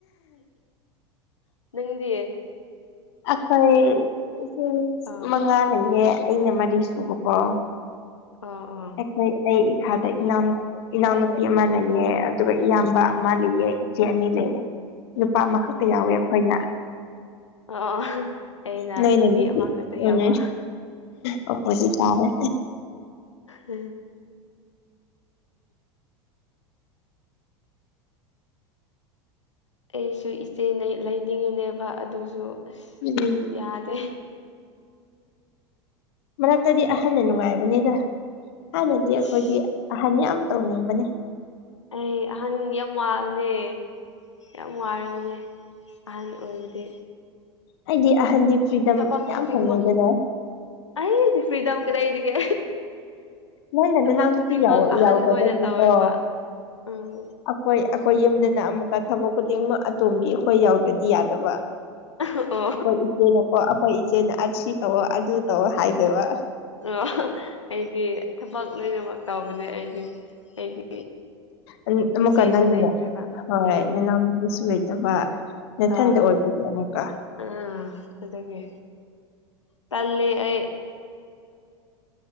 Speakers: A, on the left; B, on the left.
A: ꯅꯪꯒꯤꯗꯤ
B: ꯑꯩꯈꯣꯏ ꯁꯦꯕꯤꯡꯁ
A: ꯑꯥ
B: ꯃꯉꯥ ꯂꯩꯌꯦ ꯑꯩꯅ ꯃꯔꯤ ꯁꯨꯕꯀꯣ
A: ꯑꯣ ꯑꯣ
B: ꯑꯩꯈꯣꯏ ꯑꯩ ꯏꯈꯥꯗ ꯏꯅꯥꯎ ꯏꯅꯥꯎꯅꯨꯄꯤ ꯑꯃ ꯂꯩꯌꯦ ꯑꯗꯨꯒ ꯏꯌꯥꯝꯕ ꯑꯃ ꯂꯩꯌꯦ ꯏꯆꯦ ꯑꯅꯤ ꯂꯩꯌꯦ ꯂꯨꯄꯥ ꯑꯃꯈꯛꯇ
A: ꯑꯣ
B: ꯌꯥꯎꯋꯦ
A: ꯑꯣ
B: ꯑꯩꯈꯣꯏꯅ
A: ꯑꯣ ꯑꯩꯅ
B: ꯅꯣꯏꯅ
A: ꯅꯨꯄꯤ ꯑꯃꯈꯛꯇ
B: ꯎꯝ
A: ꯌꯥꯎꯕ
B: ꯑꯣꯄꯣꯖꯤꯠ ꯇꯥꯔꯦ
A: <unintelligible> ꯑꯩꯁꯨ ꯏꯆꯦꯅ ꯂꯩꯅꯤꯡꯉꯤꯅꯦꯕ ꯑꯗꯨꯁꯨ ꯑꯁ
B: ꯎꯝ
A: ꯌꯥꯗꯦ
B: ꯃꯔꯛꯇꯗꯤ ꯑꯍꯟꯅ ꯅꯨꯡꯉꯥꯏꯕꯅꯤꯗ ꯍꯥꯟꯅꯗꯤ
A: ꯑꯁ
B: ꯑꯩꯈꯣꯏꯗꯤ ꯑꯍꯟ ꯌꯥꯝ ꯇꯧꯅꯤꯡꯕꯅꯦ
A: ꯑꯦ ꯑꯍꯟ ꯌꯥꯝ ꯋꯥꯕꯅꯦ ꯌꯥꯝ ꯋꯥꯔꯕꯝꯅꯤ ꯑꯍꯜ ꯑꯣꯏꯕꯗꯤ
B: ꯑꯩꯗꯤ ꯑꯍꯟꯗꯤ ꯐ꯭ꯔꯤꯗꯝ
A: ꯊꯕꯛ
B: ꯌꯥꯝ
A: ꯈꯨꯗꯤꯡꯃꯛ
B: ꯐꯪꯉꯦꯗꯅ
A: ꯑꯩꯗꯤ ꯐ꯭ꯔꯤꯗꯥꯝ ꯀꯗꯤꯒꯦ
B: ꯅꯪꯅ
A: ꯊꯕꯛ
B: ꯅꯅꯥꯎ ꯅꯨꯄꯤ
A: ꯈꯨꯗꯤꯡꯃꯛ
B: ꯌꯥꯎ
A: ꯑꯍꯟ
B: ꯌꯥꯎꯗꯕꯒꯤꯀꯣ
A: ꯑꯣꯏꯅ ꯇꯧꯋꯦꯕ ꯎꯝ
B: ꯑꯩꯈꯣꯏ ꯑꯩꯈꯣꯏ ꯌꯨꯝꯗꯅ ꯑꯃꯨꯛꯀ ꯊꯕꯛ ꯈꯨꯗꯤꯡꯃꯛ ꯑꯇꯣꯝꯒꯤ ꯑꯩꯈꯣꯏ ꯌꯥꯎꯗ꯭ꯔꯗꯤ ꯌꯥꯗꯕ
A: ꯑꯣ
B: ꯑꯩꯈꯣꯏ ꯏꯆꯦꯅꯀꯣ ꯑꯩꯈꯣꯏ ꯏꯆꯦꯅ ꯑꯁꯤ ꯇꯧꯔꯣ ꯑꯗꯨ ꯇꯧꯣ ꯍꯥꯏꯗꯣꯏꯕ
A: ꯑꯣ ꯑꯩꯗꯤ ꯊꯕꯛ ꯂꯣꯏꯅꯃꯛ ꯇꯧꯕꯅꯦ ꯑꯩꯗꯤ ꯑꯩꯗꯤ
B: ꯎꯝ ꯃ
A: ꯏꯆꯦꯁꯨ
B: ꯀ ꯅꯗ
A: ꯂꯩꯇ꯭ꯔꯦꯕ ꯎꯝ
B: ꯍꯣꯏ ꯀꯁꯨ ꯂꯩꯇꯕ ꯅꯅꯥꯊꯟꯗ
A: ꯑꯥ
B: ꯑꯣꯏꯕꯒꯤ ꯑꯃꯨꯛꯀ
A: ꯑꯥ ꯑꯗꯨꯒꯤ ꯇꯜꯂꯤꯦ ꯑꯩ